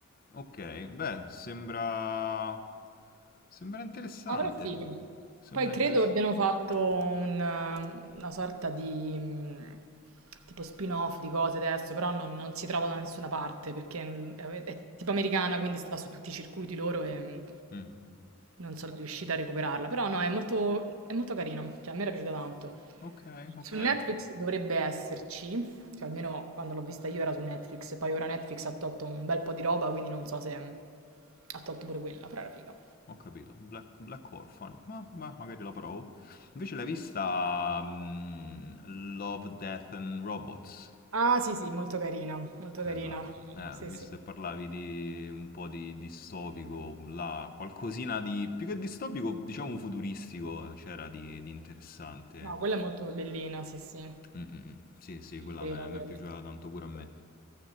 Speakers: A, on the left (about 40°); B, on the right (about 75°).
A: Ok, beh, sembra... sembra interessante.
B: Avrà figa.
A: Sembra
B: Poi credo
A: interessante.
B: abbiano fatto un, eh, una sorta di mh, tipo spin-off di cose adesso, però non, non si trova da nessuna parte perché è, è tipo americana, quindi sta su tutti i circuiti loro e mh,
A: Mm.
B: non sono riuscita a recuperarla. Però no, è molto, è molto carina, cioè a me era piaciuta tanto.
A: Ok, ok,
B: Su Ok. Netflix dovrebbe esserci, cioè almeno quando l'ho vista io era su Netflix, poi ora Netflix ha tolto un bel po' di roba, quindi non so se mh, ha tolto pure quella, però era figa.
A: ho capito. Black, Black Orphan, ma, ma magari la provo. Invece l'hai vista mm, Love, Death and Robots?
B: Ah, sì, sì, molto carina, molto
A: Quella,
B: carina.
A: eh,
B: Sì,
A: visto
B: sì.
A: che parlavi di un po' di distopico, là, qualcosina di più che distopico, diciamo futuristico, c'era di, di interessante.
B: No, quella è molto bellina, sì, sì.
A: Mm, mm, mm. Sì, sì, quella
B: Vero,
A: mi
B: vero.
A: è piaciuta tanto pure a me.